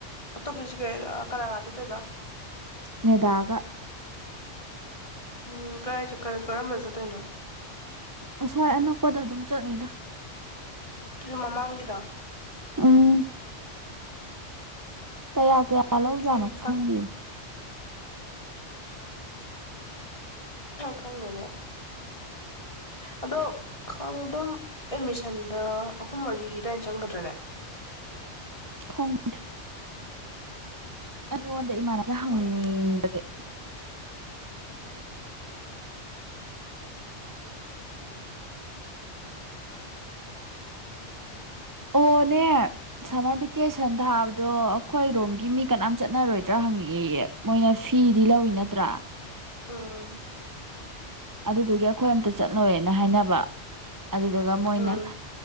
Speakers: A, on the left; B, on the right.
A: ꯑꯇꯣꯞꯄꯅꯁꯨ ꯀꯩ ꯀꯂꯥꯀꯥꯔ ꯆꯠꯇꯣꯏꯕ
B: ꯃꯦꯗꯥꯒ
A: ꯎꯝ ꯀꯥꯏ ꯀꯔꯝꯕ ꯆꯠꯇꯣꯏꯅꯣ
B: ꯑꯁꯣꯏ ꯑꯅꯛꯄꯗ ꯑꯗꯨꯝ ꯆꯠꯂꯤꯗ
A: ꯇꯔ ꯃꯃꯥꯡꯒꯤꯗ
B: ꯑꯥ ꯀꯌꯥ ꯀꯌꯥ ꯂꯧꯖꯠꯅꯤ
A: ꯑꯩꯗꯤ
B: ꯈꯪꯗꯦ
A: ꯈꯪꯒꯅꯦ ꯑꯗꯣ ꯑꯗꯨꯝ ꯑꯦꯠꯃꯤꯁꯟꯗ ꯑꯍꯨꯝ ꯃꯔꯤ ꯑꯗꯨꯏꯅ ꯆꯪꯒꯗ꯭ꯔꯦꯅꯦ
B: ꯈꯪꯗꯑꯦ ꯑꯩꯉꯣꯟꯗꯥ ꯏꯃꯥꯟꯅꯕꯤ ꯗꯥ ꯍꯪꯕꯁꯦ
A: ꯍꯣꯏ
B: ꯑꯣꯅꯦ ꯁꯝꯃꯔ ꯚꯦꯀꯦꯁꯟ ꯊꯥꯕꯗꯣ ꯑꯩꯈꯣꯏꯔꯣꯝꯒꯤ ꯃꯤ ꯀꯅꯥꯝ ꯆꯠꯅꯔꯣꯏꯗ꯭ꯔꯥ ꯍꯪꯉꯛꯏꯌꯦ ꯃꯣꯏꯅ ꯐꯤꯗꯤ ꯂꯧꯏꯤ ꯅꯠꯇ꯭ꯔꯥ
A: ꯎꯝ
B: ꯑꯗꯨꯗꯨꯒꯤ ꯑꯩꯈꯣꯏ ꯑꯝꯇ ꯆꯠꯂꯨꯔꯦꯅ ꯍꯥꯏꯅꯕ ꯑꯗꯨꯗꯨꯒ ꯃꯣꯏꯅ
A: ꯎꯝ ꯎꯝ